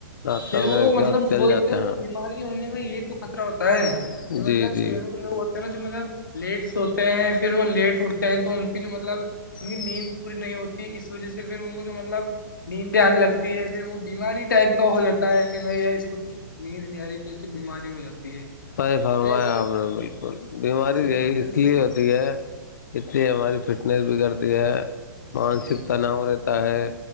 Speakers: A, on the left; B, on the left.
A: ناشہ
B: پھر
A: وغیرہ
B: وہ مطلب
A: کیا چل
B: وہ
A: جاتے
B: تو
A: ہیں
B: بیماری ہونے کا یہ تو خطرہ ہوتا ہے
A: جی
B: جو مطلب
A: جی
B: شہروں کے لوگ نا جو مطلب لیٹ س ہوتے ہیں پھر وہ لیٹ اٹتے ہیں تو ان کی جو مطلب- ان کی نیند پوری نہیں ہوتی اس وجہ سے پھر ان کو جو مطلب نیندان لگ- پھر وہ بیماری ٹائپ کا ہو جاتا ہے کہ بھ اس کو- نیند نیاری تو اس کی بیماری ہو جاتی ہے-
A: نہیں
B: اس
A: فرمایا
B: لیے اگر
A: آپ نے بالکل بیماری
B: لوگ
A: یہی
B: جلدی
A: اس لیے
B: سو
A: ہوتی
B: جاتے
A: ہے- اتنی ہماری فٹنس بگڑتی ہے، مانسک
B: ہیں جی
A: تناؤ رہتا ہے-